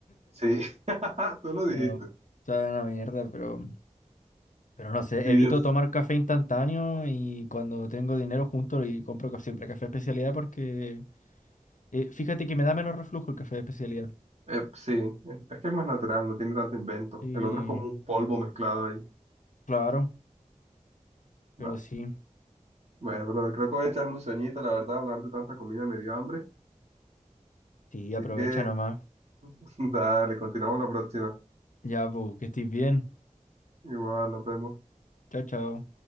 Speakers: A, on the right (about 55°); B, on the left (about 75°).
A: Sí, <laughs> tú lo dijiste.
B: No, saben a mierda, pero. Pero no sé,
A: Sí,
B: evito
A: es.
B: tomar café instantáneo y cuando tengo dinero junto y compro ca- siempre café de especialidad porque eh, fíjate que me da menos reflujo el café de especialidad.
A: eh, sí, es es que es más natural, no tiene tanto invento.
B: Sí,
A: El otro es como un polvo mezclado ahí.
B: claro, pero
A: Bah.
B: sí,
A: Bueno, brother, creo que voy a echarme un sueñito, la verdad, hablar de tanta comida me dio hambre.
B: sí,
A: Así
B: aprovecha
A: que,
B: nomás.
A: <laughs> dale, continuamos la próxima.
B: Ya, pues, que estés bien.
A: Igual, nos vemos.
B: Chao, chao.